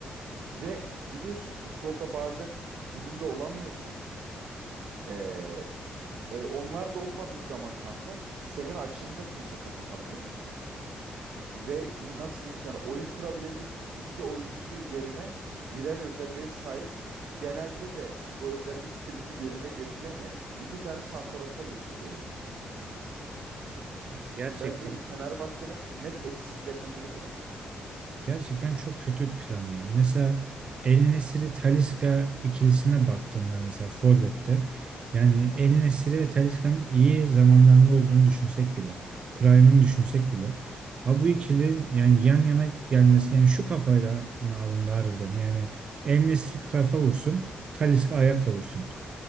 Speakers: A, on the right; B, on the right.
A: Ve biliyorsun futbolda bazen gününde olamıyorsun. Ee, e, onlar da olmadığı zaman kanka senin açını da kimse kapatamıyor. Ve n- nasıl diyeyim sana oyun kurabilecek iki oyuncu yerine birer özelliğe sahip genelde de bu özellikleri <laughs> yerine getiremeyen iki tane santraforla çıkıyoruz biz.
B: Kanka gerçekten
A: Bence Fenerbahçe'nin net eksiklerinden biri budur.
B: Gerçekten çok kötü bir plan ya. Mesela El Nesiri Talisca ikilisine baktığında mesela Forvet'te yani El Nesiri ve Talisca'nın iyi zamanlarında olduğunu düşünsek bile, prime'ını düşünsek bile ha bu ikili yani yan yana gelmesi yani şu kafayla mı alındı harbiden? Yani El Nesiri kafa vursun, Talisca ayakla vursun.